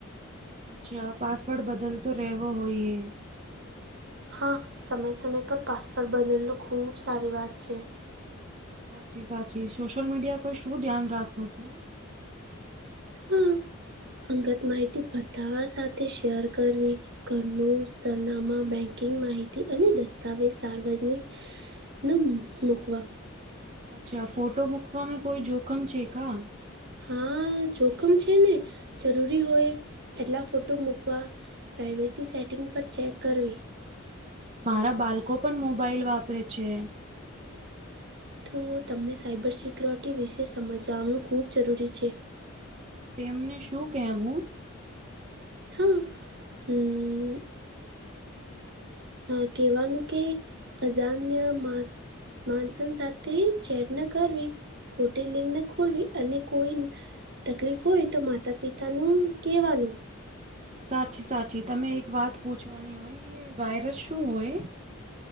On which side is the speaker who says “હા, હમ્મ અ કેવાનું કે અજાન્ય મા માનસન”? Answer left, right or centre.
Right